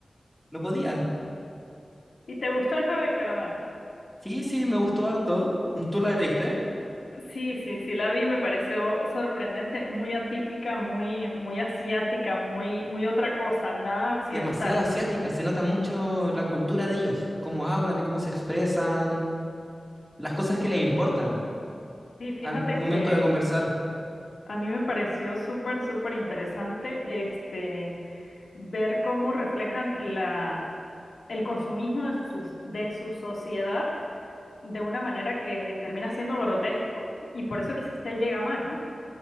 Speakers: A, in the centre; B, on the left.
A: no podía.
B: ¿Y te gustó el juego del calamar?
A: Sí, sí, me gustó harto. ¿Tú la viste?
B: Sí, sí, sí, la vi, me pareció sorprendente, muy atípica, muy, muy asiática, muy, muy otra cosa, nada occidental.
A: Demasiado asiática, se nota mucho la cultura de ellos, cómo hablan y cómo se expresan, las cosas que les importan
B: Sí, fíjate
A: al momento
B: que
A: de conversar.
B: a mí me pareció súper, súper interesante este ver cómo reflejan la, el consumismo de su, sos- de su sociedad de una manera que termina siendo grotesco y por eso quizás te llega más, ¿no?